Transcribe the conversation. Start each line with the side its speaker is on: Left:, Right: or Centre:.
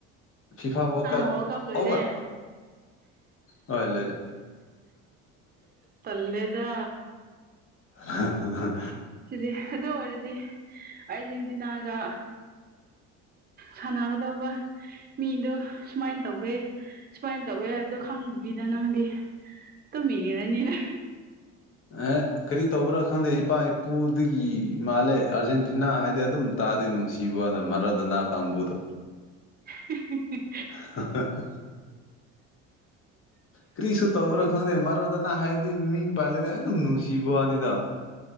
Left: ꯐꯤꯐꯥ ꯔ
Right: ꯑꯥ
Left: ꯀꯞ
Right: ꯋꯥꯔꯜ ꯂꯣꯏꯔꯦ
Left: ꯑꯣꯕꯔ ꯑꯣꯂꯔꯦ
Right: ꯇꯜꯂꯦꯗ
Left: ꯎꯝ
Right: ꯁꯤꯗꯤ ꯑꯗꯨ ꯑꯣꯏꯔꯗꯤ ꯑꯥꯔꯖꯦꯟꯇꯤꯅꯥꯒ ꯁꯥꯟꯅꯒꯗꯧꯕ ꯃꯤꯗꯣ ꯁꯨꯃꯥꯏꯅ ꯇꯧꯋꯦ ꯁꯨꯃꯥꯏꯅ ꯇꯧꯋꯦ ꯍꯥꯏꯕꯗꯣ ꯈꯪꯗꯕꯤꯗ ꯅꯪꯗꯤ ꯇꯨꯝꯃꯤꯔꯅꯤꯅ
Left: ꯑꯦ ꯀꯔꯤ ꯇꯧꯕ꯭ꯔꯥ ꯈꯪꯗꯦ ꯏꯄꯥ ꯏꯄꯨꯗꯒꯤ ꯃꯥꯜꯂꯦ ꯑꯥꯔꯖꯦꯟꯇꯤꯅꯥ ꯍꯥꯏꯗꯤ ꯑꯗꯨꯝ ꯇꯥꯗꯤ ꯅꯨꯡꯁꯤꯕ ꯃꯔꯥꯗꯣꯅꯥ ꯀꯥꯡꯕꯨꯗꯣ
Right: ꯍꯤ ꯍꯤ ꯍꯤ
Left: <unintelligible> ꯀꯔꯤꯁꯨ ꯇꯧꯕ꯭ꯔꯥ ꯈꯪꯗꯦ ꯃꯔꯣꯗꯣꯅ ꯍꯥꯏꯔꯗꯤ ꯃꯤꯡ ꯄꯜꯂꯗꯤ ꯑꯗꯨꯝ ꯅꯨꯡꯁꯤꯕ ꯋꯥꯅꯤꯗ